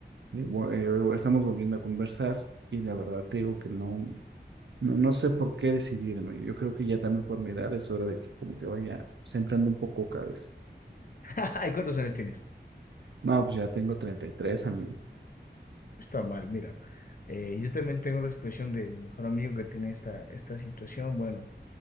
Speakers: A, on the right (about 75°); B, on the left (about 50°).
A: eh, vo- eh, estamos volviendo a conversar y la verdad te digo que no. No, no sé por qué decidirme. Yo creo que ya también por mi edad es hora de que como que vaya centrando un poco cabeza.
B: <laughs> ¿Y cuántos años tienes?
A: No, pues ya tengo treinta y tres amigo.
B: Está mal, mira. Eh, yo también tengo la situación de mi mejor amigo que tiene esta, esta situación. Bueno,